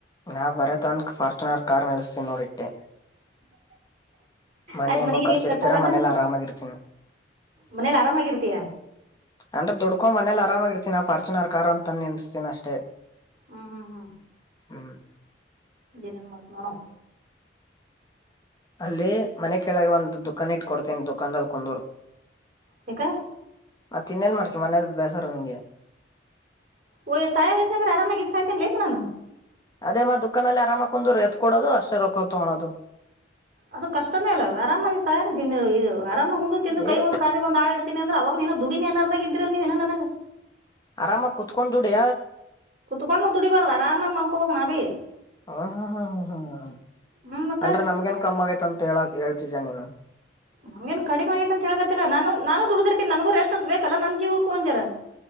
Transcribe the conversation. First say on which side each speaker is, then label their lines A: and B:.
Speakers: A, on the left; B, on the right.
A: ನಾವು ಬರೇ ತನನ್ಕ್ ಫಾರ್ಚುನರ್ ಕಾರ್ ನಲ್ಸ್ತೀನಿ ನೋಡಿಟ್ಟೆ ಮನಿ
B: ಆಯ್ತ್
A: ಹೆಂಗೋ
B: ಮನಿಗೆ
A: ಕರ್ಸಿರ್ತೀರ
B: ಏನ್ ಕಟ್ಟಲ್ಲನ
A: ಮನೇಲಿ ಆರಾಮಾಗಿರ್ತನಿ
B: ಮನೇಲಿ ಆರಾಮಾಗಿರ್ತೀಯ
A: ಅಂದ್ರೆದುಡ್ಕೊಮನೆಯಲ್ ಆರಾಮಾಗಿರ್ತನ ನ ಫಾರ್ಚನರ್ ಕಾರ್ ಅಂತ ನಿನ್ಸ್ತಿನ ಅಷ್ಟೇ
B: ಹ್ಮ್ ಹ್ಮ್ ಹ್ಮ್
A: ಹ್ಮ್
B: ಏನೇನ್ ಮಾಡ್ತ ನೋಡಮ್
A: ಅಲ್ಲಿ ಮನೆ ಕೆಳಗೆ ಒಂದ್ ದುಖಾನ್ ಇಟ್ ಕೊಡ್ತೇನ ದುಖಾನದ ಕುಂದೂರು
B: ಯಾಕ
A: ಮತ್ತ ತಿನ್ನೇನ್ ಮಾಡ್ತಿ ಮನೆಲ್ ಬೇಸಾರ ನಿಂಗೆ
B: ಓ ಸಾಯ ವಸ್ಸನ ಆರಾಮಾಗಿ ಇತ್ತು ಸ್ತನನೆಲೆಪ್ಪ ನಾನು
A: ಅದೇ ಮತ್ ದುಖಾನ ಅಲ್ಲಿ ಆರಾಮಾಗ್ ಕುಂದಿರು ಎತ್ ಕೊಡೋದು ಅಷ್ಟೇ ರೊಕ್ಕ ತಗೋಣದು
B: ಅದು ಕಷ್ಟನೇ ಅಲ್ಲ ಆರಾಮಾಗಿ <unintelligible> ಆರಾಮಾಗ್ ಉಂಡು ತಿಂದು
A: ಏ
B: ಕೈಗೊಂದು ಕಾಲಿಗ್ ಒಂದ ಆಡ್ತನಿ ಅಂದ್ರ ಅವಾಗ ನೀನು ದುಡಿನೇನಾರ್ ಬಗ್ಗೆ ಇದ್ರಲ್ ನೀವು ನನಗ
A: ಆರಾಮಾಗ್ ಕುತ್ಕೊಂಡ್ ದುಡೀ
B: ಕುತ್ಕೊಂಡ ದುಡಿ ಬಾರ್ದ್ ಅರಾಮಾಗ್ ಮನ್ಕೋಬೇಕ್ ನಾವೀ
A: ಹ್ಮ್ ಹ್ಮ್ ಹ್ಮ್ ಹ್ಮ್ ಹ್ಮ್
B: ಹ್ಮ್ ಮತ್ತ
A: ಅಂದ್ರೆ ನಮ್ಗೇನ್ ಕಮ್ಮ್ ಆಗೈತ್ ಅಂತ ಹೇಳಾಕ್ ಹೇಳ್ತಿದ್ಯ ನೀನು
B: ನಂಗೇನ್ ಕಡಿಮೆ ಆಗೈತ್ ಅಂತ್ ಹೇಳಕತ್ತಿಲ್ಲ ನಾನು ನಾನು ದುಡ್ದಿರ್ತಿನ್ ನನ್ಗು ರೆಸ್ಟ್ ಅಂತ ಬೇಕಲ್ಲ ನನ್ ಜೀವುಕ್ಕು ಒಂಜರ